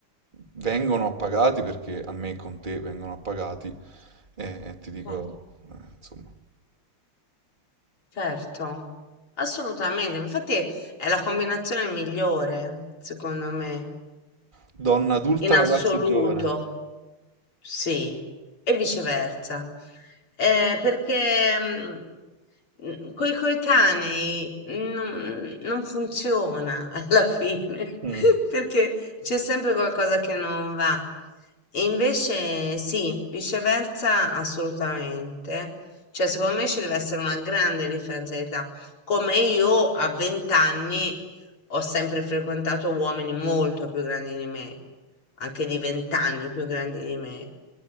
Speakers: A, on the right; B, on the left.
A: vengono appagati perché a me con te vengono appagati e, e ti dico,
B: Eh,
A: eh, insomma,
B: certo, assolutamente. Infatti è la combinazione migliore, secondo me,
A: donna adulta,
B: in assoluto,
A: ragazzo giovane.
B: sì, e viceversa. Eh, perché mm, mm, coi coetanei non, non funziona <laughs> alla fine,
A: Mm.
B: <laughs> perché c'è sempre qualcosa che non va. E invece sì, viceversa assolutamente. Cioè, secondo me ci deve essere una grande differenza di età. Come io a 20 anni ho sempre frequentato uomini molto più grandi di me, anche di 20 anni più grandi di me.